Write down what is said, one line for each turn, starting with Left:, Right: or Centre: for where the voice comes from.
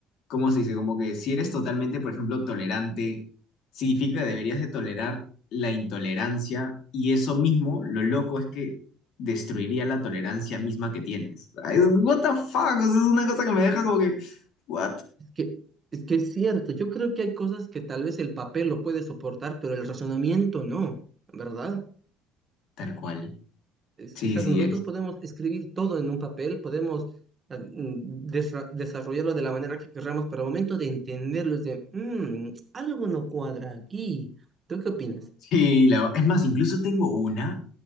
Left: ¿cómo se dice? Como que si eres totalmente, por ejemplo, tolerante, significa que deberías de tolerar la intolerancia y eso mismo, lo loco es que destruiría la tolerancia misma que tienes. Ay, what the fuck, o sea, es una cosa que me deja como que, what?
Right: Es que, es que es cierto, yo creo que hay cosas que tal vez el papel lo puede soportar, pero el razonamiento no, ¿verdad?
Left: Tal cual.
Right: Es-
Left: Sí,
Right: es que
Left: sí,
Right: nosotros
Left: es.
Right: podemos escribir todo en un papel, podemos ah, mm, desra- desarrollarlo de la manera que queramos, pero al momento de entenderlo es de, "Mm, algo no cuadra aquí. ¿Tú qué opinas?
Left: Sí, la- es más, incluso tengo una.